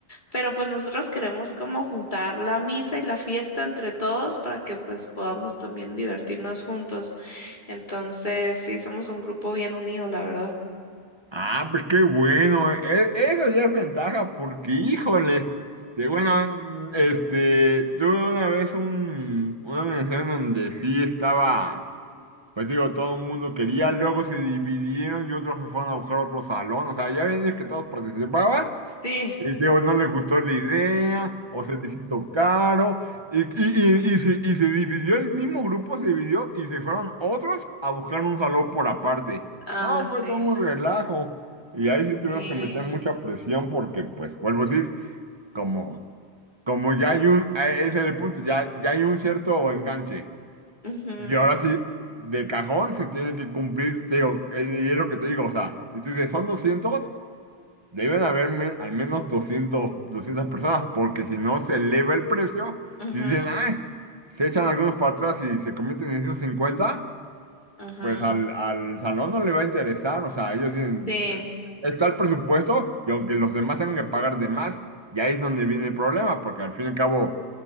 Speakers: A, on the left; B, on the right.
A: pero pues nosotros queremos como juntar la misa y la fiesta entre todos para que pues podamos también divertirnos juntos. Entonces, sí, somos un grupo bien unido, la verdad.
B: Ah, pues qué bueno. eh. E- Eso ya es ventaja porque, híjole, que bueno, este, tuve una vez un, una universidad en donde sí estaba, pues digo, todo el mundo quería, luego se dividieron y otros se fueron a buscar otro salón, o sea, ya ven es que todos participaban,
A: Sí,
B: y digo, no le gustó la idea, o se les hizo caro, y, y, y, y se, y se dividió el mismo grupo, se dividió y se fueron otros a buscar un salón por aparte.
A: ah,
B: No,
A: sí,
B: fue todo un relajo. Y ahí sí tuvimos
A: sí.
B: que meter mucha presión porque, pues, vuelvo a decir, como, como ya hay un, eh, ese es el punto, ya, ya hay un cierto enganche.
A: Ujú,
B: Y ahora sí, de cajón se tiene que cumplir, te digo, eh, y es lo que te digo, o sea, si tú dices, son doscientos Deben haber me- al menos 200, 200 personas, porque si no se eleva el precio,
A: ujú,
B: si dicen, ay, se echan algunos para atrás y se convierten en 150.
A: ujú,
B: Pues al, al salón no le va a interesar, o sea, ellos dicen,
A: Sí,
B: eh, está el presupuesto y aunque los demás tengan que pagar de más, y ahí es donde viene el problema, porque al fin y al cabo,